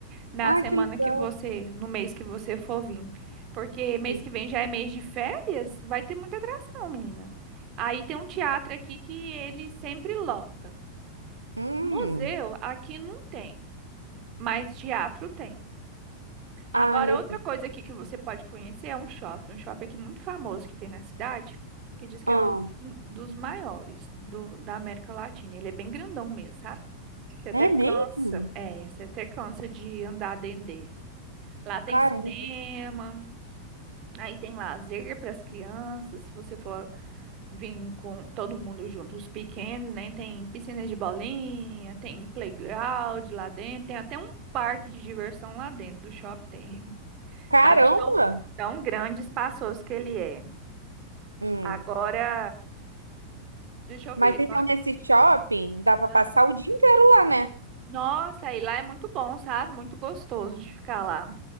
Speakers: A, on the right; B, on the right.
A: na
B: Ah,
A: semana
B: que legal.
A: que você, no mês que você for vir. Porque mês
B: sim.
A: que vem já é mês de férias, vai ter muita atração, menina. Aí tem um teatro aqui que ele sempre lota.
B: Hum.
A: Museu aqui não tem, mas teatro tem. Agora,
B: Ah, legal.
A: outra coisa aqui que você pode conhecer é um shopping, um shopping aqui muito famoso que tem na cidade, que diz que
B: Ah,
A: é um dos maiores do, da América Latina. Ele é bem grandão mesmo, sabe? Você até
B: é
A: cansa,
B: mesmo?
A: é, você até cansa de andar dentro dele. Lá tem
B: Caramba.
A: cinema, aí tem lazer para as crianças, se você for vir com todo mundo junto, os pequenos, né? Tem piscina de bolinha, tem playground lá dentro, tem até um parque de diversão lá dentro do shopping, tem, <laughs>
B: Caramba!
A: sabe? De Tão, tão grande, e espaçoso que ele é.
B: Hum.
A: Agora, deixa eu
B: Mas
A: ver.
B: então
A: no-
B: nesse shopping dá para
A: ah,
B: passar o dia inteiro lá, né?
A: Nossa, aí lá é muito bom, sabe? Muito gostoso de ficar lá.